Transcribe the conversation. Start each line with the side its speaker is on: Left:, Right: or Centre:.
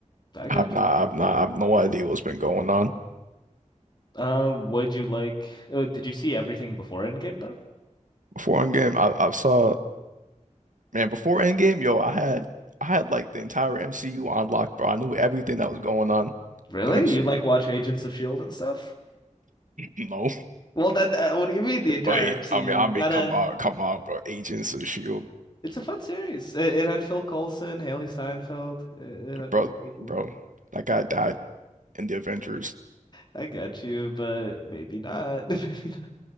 Left: I got
Right: I've not,
Left: you.
Right: I've not, I've no idea what's been going on.
Left: um would you like uh, did you see everything before Endgame though?
Right: Before Endgame, I, I saw, man, before Endgame, yo, I had, I had like the entire MCU on lock, bro. I knew everything that was going on
Left: Really?
Right: with the MCU.
Left: You like watch
Right: <laughs>
Left: Agents of Shield and stuff?
Right: No,
Left: Well, then, uh, what do you mean
Right: <clears throat>
Left: the entire
Right: but eh,
Left: MCU?
Right: I mean, I
Left: You
Right: mean,
Left: gotta.
Right: come on, come on, bro. Agents of Shield.
Left: It's a fun series. It, it had Phil Coulson, Haley Steinfeld. It, it had
Right: Bro,
Left: cool people.
Right: bro, that guy died in the Avengers.
Left: I got you, but maybe not. <laughs> Maybe not.